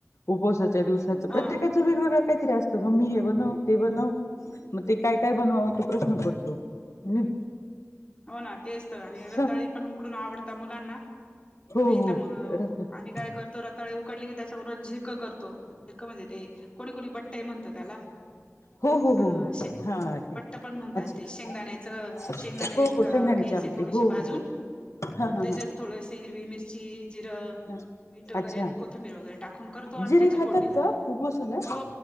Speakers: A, on the left; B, on the left.
A: उपसाच्या दिवसाच
B: हा
A: प्रत्येकाच्या वेगवेगळ्या काहीतरी असतं, मम्मी हे बनव, ते बनव मग ते काय काय बनवावं तो प्रश्न पडतो. मी
B: हो ना, तेच तर आणि रताळी
A: स
B: पण उकडून आवडता मुलांना
A: हो
B: नाही
A: हो
B: तर म आ
A: म्हणजे
B: आम्ही काय करतो रताळे उकडले की त्याच्याबरोबर झिरक करतो, झिरक म्हणजे ते कोणी कोणी बट्टई म्हणत त्याला
A: हो हो हो
B: अ
A: हो
B: शे
A: हा ते
B: बट्ट पण म्हणतात
A: अच्छा
B: ते शेंगदाण्याच,
A: अच्छा
B: शेंगदाणे
A: हो
B: घ्यायचे
A: हो शेंगदाण्याची आमटी
B: थोडेसे
A: हो
B: भाजून
A: हो हो हा हा
B: त्याच्यात
A: हा
B: थोडशी हिरवी मिरची, जिरं
A: हा
B: मीठ वगैरे
A: अच्छा
B: कोथंबीर वगैरे टाकून करतो आणि
A: जिरे
B: त्याची
A: खातात
B: फोडणी देऊन
A: का
B: मी,
A: उपवासाला
B: हो.